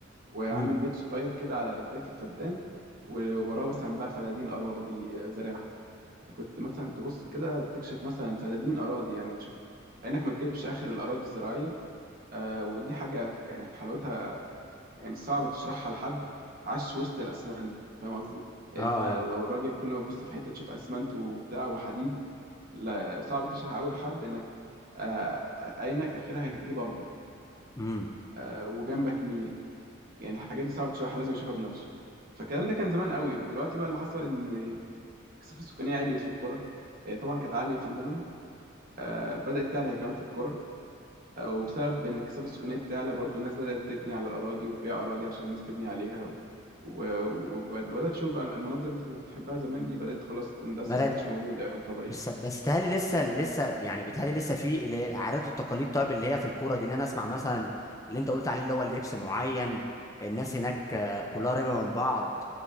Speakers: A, on the right (about 45°); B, on the left (about 15°).
A: وعامل
B: امم
A: بيت صغير كده على بداية الفدان ووراه مثلا بقى فدادين أراضي زارعها فكنت مثلا تبص كده تكشف مثلا فدادين أراضي يعني بتشوف إنك ما تجيبش آخر الأراضي الزراعية آه ودي حاجة يعني حلاوتها يعني صعب تشرحها لحد عاش وسط الأسمنت فاهم قصدي؟ يعني
B: اه
A: أنت لو راجل كل ما تبص في حتة تشوف أسمنت وبتاع وحديد لا صعب تشرح أوي لحد إنك آه عينك آخرها هتجيب أخضر
B: امم
A: آه وجنبك نيل يعني الحاجات دي صعب تشرحها لازم يشوفها بنفسه فالكلام ده كان زمان قوي دلوقتي بقى اللي حصل ان الكثافه السكانيه عليت في القرى آه، طبعا كانت عاليه في المدن آه، بدات تعلى هي كمان في القرى آه، وبسبب ان الكثافه السكانيه بتعلى برضو الناس بدات تبني على الاراضي وتبيع اراضي عشان الناس تبني عليها و- و- وبد- وبدات تشوف بقى المناظر اللي انت كنت بتحبها زمان دي بدات خلاص تندثر
B: بلد
A: ما بقتش موجوده يعتبر يعني
B: بس بس بيتهيألي لسه لسه يعني بيتهيألي لسه في اللي هي العادات والتقاليد طيب اللي هي في الكوره دي اللي انا اسمع مثلا اللي انت قلت عليه اللي هو اللبس معين الناس هناك آه، كلها قريبه من بعض